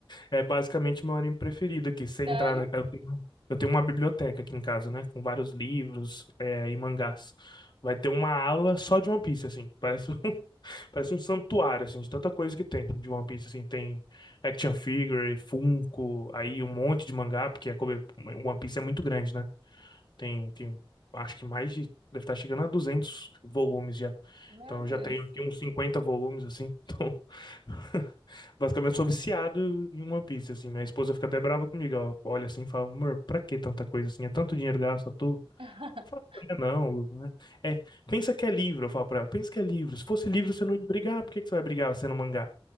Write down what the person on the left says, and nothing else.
<laughs> é basicamente meu anime preferido aqui. Se entrar,
na- eu tenho, eu tenho uma biblioteca aqui em casa, né? Com vários livros, é, e mangás. Vai ter uma ala só de One Piece, assim. Parece, um- <laughs> parece um santuário, assim, de tanta coisa que tem de One Piece, assim. Tem action figure, Funko, aí um monte de mangá, porque é, como- One Piece é muito grande, né? Tem, tem, acho que mais de, deve estar chegando a 200 volumes já.
Então eu
já tenho aqui uns 50 volumes, assim. Então, <laughs> basicamente sou viciado em One Piece, assim. Minha esposa fica até brava comigo. Ela olha assim e fala, amor, pra que tanta coisa assim? É tanto dinheiro gasto à toa.
Eu falo, não, é não, Lu, né? É, pensa que é livro, eu falo pra ela, pensa que é livro. Se fosse livro, você não ia brigar. Por que que você vai brigar sendo mangá?